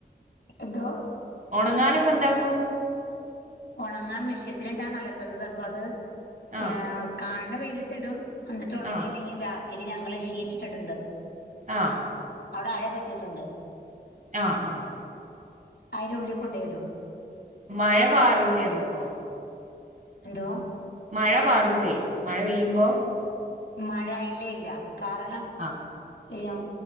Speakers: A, on the left; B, on the right.
A: എന്തോ?
B: ഉണങ്ങാനൊക്കെ എന്താക്കൂ?
A: ഉണങ്ങാൻ മെഷ്യത്തിലിട്ടാണ് അലക്കുന്നത്. അപ്പ അത്
B: ആഹ്
A: ഏഹ് കാണ് ണ വെയിലത്തിടും. അന്നിട്ട് ഉണങ്ങിയില്ലെങ്കി
B: ആഹ്
A: ബാക്കില് ഞങ്ങള് ഷീറ്റ് ഇട്ടിട്ട്ണ്ട്.
B: ആഹ്
A: അവിടെ അഴ കെട്ടീട്ട്ണ്ട്.
B: ആഹ് ആഹ്
A: അയിടെ ഉള്ളിക്കൊണ്ടോയിടും.
B: മഴ പാറൂലെ അന്നപ്പോ?
A: എന്തോ?
B: മഴ പാറൂലേ മഴ പെയ്യുമ്പോ.
A: മഴ ഇല്ലയില്ല കാരണം
B: ആഹ്
A: ഇയാ